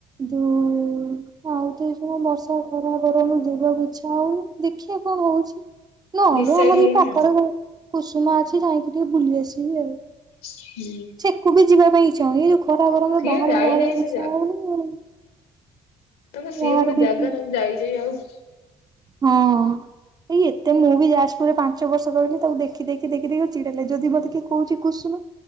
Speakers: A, on the right; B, on the left.
A: ଯୋଉ ଆଉ ତ ଏ ଯୋଉ ବର୍ଷା ଖରା ଗରମ ଯିବାକୁ ଇଚ୍ଛା ହଉନି ଦେଖିଆ କଣ ହଉଛି। ନହେଲେ
B: ଡିସାଇଡ
A: ଆମର ଏଇ
B: ହେଇନି
A: ପାଖରେ
B: ଆଉ
A: ଉଁ କୁସୁମା ଅଛି ଯାଇକି ଟିକେ ବୁଲି ଆସିବି ଆଉ।
B: ହୁଁ।
A: ସେକୁ ବି ଯିବା ପାଇଁ ଇଚ୍ଛା ହଉନି ଏଇ ଯୋଉ ଖରା ଗରମ
B: ସିଏ
A: ରେ ବାହାରକୁ
B: ଯାଇ
A: ବାହାରିଆକୁ
B: ଯାଇ ସେ
A: ଇଚ୍ଛା ହଉନି ଆଉ।
B: ତମ ସିଏ
A: ବାହାରକୁ
B: ଗୋଟେ ଜାଗା
A: ଇଚ୍ଛା
B: ତାକୁ ଯାଇ ଯାଇ ଆଉ
A: ହଁ। ଏଇ ଏତେ ମୁଁ ବି ଯାଜପୁରରେ ପାଞ୍ଚ ବର୍ଷ ରହିଲି ତାକୁ ଦେଖି ଦେଖି ଦେଖି ଦେଖି ଆଉ ଚିଡା ଲାଗେ ଯଦି ମତେ କିଏ କହୁଚି କୁସୁମା